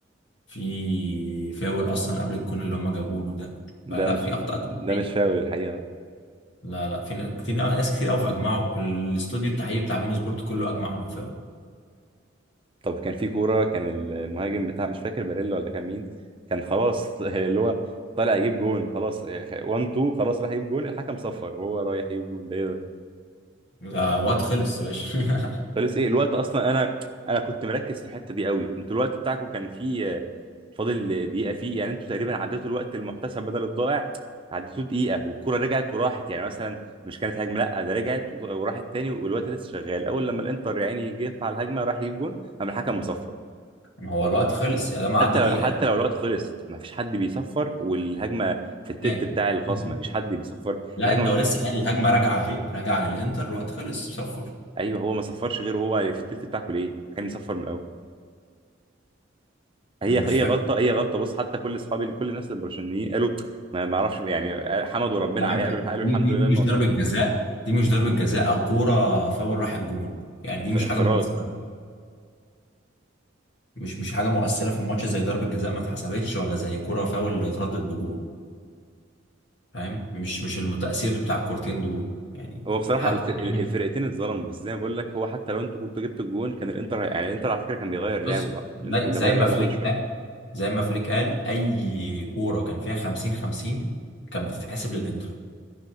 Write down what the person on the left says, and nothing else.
في فاول أصلا قبل الجون اللي هم جابوه ده
فلا
في أخطاء تحكيمية
لا لا في ن- كتير أوي- ناس كتير أوي فأجمعوا الاستوديو التحليلي بتاع بين سبورت كله أجمع إنه فاول
لا، الوقت خلص يا باشا
<laughs> ما هو الوقت خلص يا ده ما عدى
دقيقة
نهائي
<laughs>
لا
أنت هو لسه قال الهجمة راجعة أهي راجعة للإنتر الوقت خلص صفر
أنا مش
فاكر
يا
عم
دي
دي
دي
مش
ضربة جزاء دي مش ضربة جزاء او كورة فاول راح الجون يعني
دي مش
حاجة مؤثرة مش مش حاجة مؤثرة في الماتش زي ضربة جزاء ما اتحسبتش ولا زي كورة فاول اتردد بجول فاهم مش مش التأثير بتاع الكورتين دول يعني
حتى
يعني
بص
زي
زي
ما
فليك
قال زي ما فليك قال اي كورة كان فيها 50 50 كانت بتتحسب للانتر